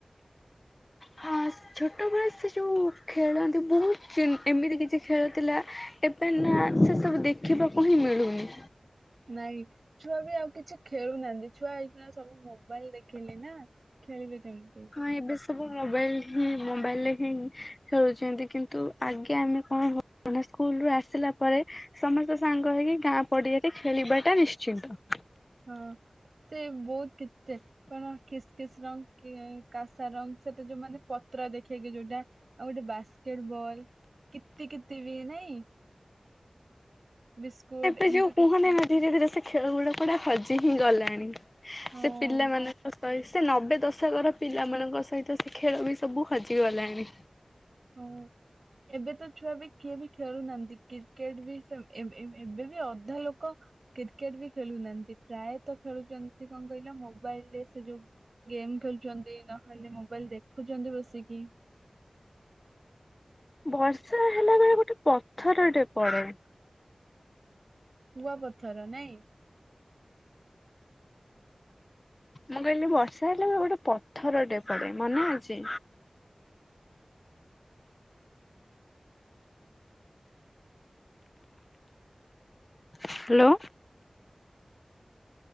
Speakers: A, on the left; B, on the right.
A: ହଁ ଛୋଟବେଳେ ସେ ଯୋଉ ଖେଳନ୍ତି ବହୁତ ଚି ଏମିତି କିଛି ଖେଳଥିଲା ଏବେ ନା ସେ ସବୁ ଦେଖିବାକୁ ହିଁ ମିଳୁନି।
B: ନାଇଁ ଛୁଆ ବି ଆଉ କିଛି ଖେଳୁନାହାନ୍ତି ଛୁଆ ଏଇଖିଣା ସବୁ ମୋବାଇଲ ଦେଖିଲେ ନା ଖେଳିବି କେମତି?
A: ହଁ ଏବେ ସବୁ ମୋବାଇଲ ହିଁ ମୋବାଇଲରେ ହିଁ ଖେଳୁଚନ୍ତି କିନ୍ତୁ ଆଗେ ଆମେ କଣ ହ <unintelligible> ସ୍କୁଲରୁ ଆସିଲା ପରେ ସମସ୍ତେ ସାଙ୍ଗ ହେଇକି ଗାଁ ପଡିଆରେ ଖେଳିବାଟା ନିଶ୍ଚିନ୍ତ।
B: ହଁ ସେ ବହୁତ କିତେ କଣ କିସ୍ କିସ୍ ରଙ୍ଗ କି କାସା ରଙ୍ଗ ସେତ ଯୋଉ ମାନେ ପତ୍ର ଦେଖେଇକି ଯୋଉଟା ଆଉ ଗୋଟେ ବାସ୍କେଟ ବଲ, କିତି କିତି ବି ନାଇଁ? ବିସ୍କୁଟ
A: ଏବେ
B: ଏମିତି
A: ଯୋଉ କୁହନେଇ
B: କି
A: ନା ଧୀରେ ଧୀରେ ସେ ଖେଳ ଗୁଡା କୁଆଡ଼େ ହଜି ହିଁ ଗଲାଣି।
B: ହଁ।
A: ସେ ପିଲାମାନଙ୍କ ସେ ନବେ ଦଶକର ପିଲାମାନଙ୍କ ସହିତ ସେ ଖେଳ ବି ସବୁ ହଜିଗଲାଣି।
B: ହଁ। ଏବେ ତ ଛୁଆ ବି କିଏ ବି ଖେଳୁନାହାଁନ୍ତି, କ୍ରିକେଟ ବି ସେମ୍ ଏ-ଏ-ଏବେ ବି ଅଧା ଲୋକ କ୍ରିକେଟ ବି ଖେଳୁନାହାଁନ୍ତି, ପ୍ରାୟତଃ ଖେଳୁଛନ୍ତି କଣ କହିଲ ମୋବାଇଲରେ ସେ ଯୋଉ ଗେମ୍ ଖେଳୁଛନ୍ତି, ନହେଲେ ମୋବାଇଲ ଦେଖୁଛନ୍ତି ବସିକି
A: ବର୍ଷା ହେଲା ବେଳେ ଗୋଟେ ପଥରଟେ ପଡେ
B: କୁଆ ପଥର ନାଇଁ?
A: ମୁଁ କହିଲି ବର୍ଷା ହେଲେ ବି ଗୋଟେ ପଥରଟେ ପଡେ ମନେ ଅଛି? ହ୍ୟାଲୋ।